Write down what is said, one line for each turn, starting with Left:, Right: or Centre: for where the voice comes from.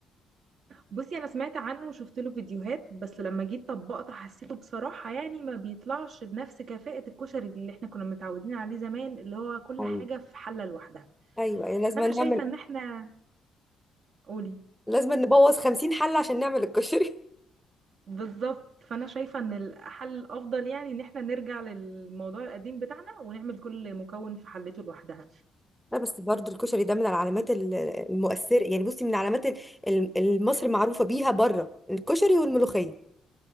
Right: بصي انا سمعت عنه وشفت له فيديوهات بس لما جيت طبقته حسيته بصراحة يعني ما بيطلعش بنفس كفاءة الكشري اللي احنا كنا متعودين عليه زمان اللي هو كل
Centre: أيوة.
Right: حاجة في حلة لوحدها
Centre: ايوه يعني لازم
Right: فانا
Centre: نعمل
Right: شايفة ان احنا قولي
Centre: لازم نبوظ 50 حلة عشان نعمل الكشري
Right: بالظبط فانا شايفة ان الحل الافضل يعني ان احنا نرجع للموضوع القديم بتاعنا ونعمل كل مكون في حلته لوحدها
Centre: لا بس برضو الكشري ده من العلامات ال- المؤثرة يعني بصي من علامات ال- ال- مصر معروفة بيها بره الكشري والملوخية